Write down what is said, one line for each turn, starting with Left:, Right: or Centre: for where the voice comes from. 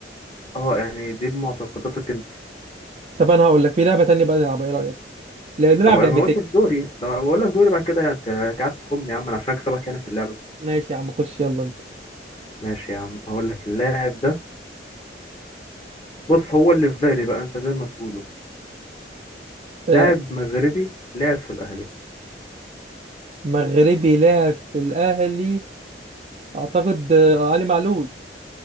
Left: اه يعني دي بمعتقداتك انت
Right: طب انا هقول لك في لعبه تانية بقى نلعبها ايه رايك لا- نلعب
Left: طب انا
Right: لعبتين
Left: ما قلتش دوري ده انا بقول لك دوري بعد كده يعني انت يعني عايز تخم يا عم انا عشان اكسبك هنا في اللعبه
Right: ماشي يا عم خش يلا انت
Left: ماشي يا عم هقول لك اللاعب ده بص هو اللي في بالي بقى انت زي ما تقوله
Right: آه،
Left: لاعب مغربي لعب في الاهلي
Right: مغربي لاعب في الاهلي اعتقد آه، علي معلول